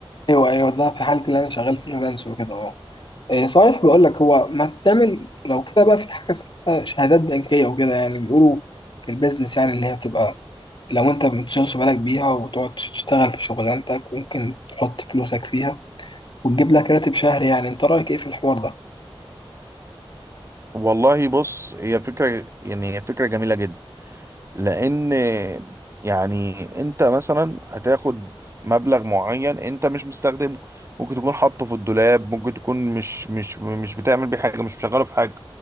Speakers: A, on the left (about 55°); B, on the right (about 30°).
A: ايوه ايوه ده في حالة اللي انا شغال فريلانس وكده اهو إيه صحيح بقول لك هو ما تعمل لو كده بقى في حاجه اسمها شهادات بنكيه وكده يعني بيقولوا في البيزنس يعني اللي هي بتبقى لو انت ما بتشغلش بالك بيها وتقعد تشتغل في شغلانتك ممكن تحط فلوسك فيها وتجيب لك راتب شهري يعني انت رايك ايه في الحوار ده
B: والله بص هي فكرة يعني هي فكرة جميلة جدا لان يعني انت مثلا هتاخد مبلغ معين انت مش مستخدمه ممكن تكون حاطه في الدولاب ممكن تكون مش مش مش بتعمل بيه حاجة مش مشغله في حاجة